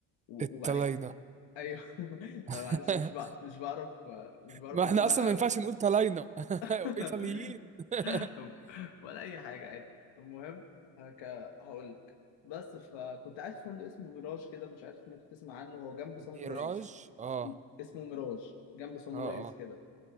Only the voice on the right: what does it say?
الطلاينه
<laughs>
ما
احنا اصلا ما
ينفعش نقول طلاينه
<laughs> ايطاليين <laughs>
ميراج
اه
اه
اه